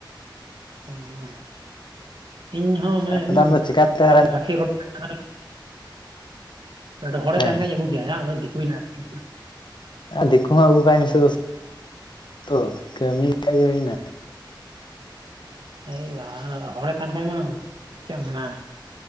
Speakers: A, on the right; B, on the left.
A: ᱚᱸ ᱤᱧ ᱦᱚᱸ ᱢᱟᱱᱮ ᱩᱱᱤᱧ
B: ᱫᱚ ᱪᱤᱠᱟᱛᱮ ᱟᱨᱮᱢ
A: ᱨᱟᱠᱷᱤ ᱨᱚᱴᱮ ᱠᱟᱱᱟ ᱞᱟᱹᱜᱤᱫ᱾ <unintelligible> ᱵᱮᱰᱚ ᱦᱚᱲᱮ
B: ᱦᱮᱸ
A: ᱛᱟᱦᱮᱱ ᱠᱷᱟᱡ ᱟᱹᱜᱩ ᱠᱮᱭᱟ ᱦᱟᱝ ᱟᱫᱚ ᱫᱤᱠᱩᱭᱱᱟ ᱟᱨᱠᱤ᱾
B: ᱟᱨ ᱫᱤᱠᱩ ᱦᱚᱸ ᱟᱹᱜᱩ ᱠᱟᱜ ᱢᱮᱥᱮ ᱫᱩᱥ ᱛᱚ ᱠᱟᱹᱢᱤ ᱞᱮᱠᱷᱟᱡ ᱜᱮ ᱦᱩᱭᱱᱟ᱾
A: ᱮᱭ ᱵᱟ ᱦᱚᱲᱮ ᱛᱟᱦᱮᱸᱱ ᱠᱷᱟᱡ ᱢᱟ ᱪᱮᱫ ᱮᱢ ᱢᱮᱱᱟ᱾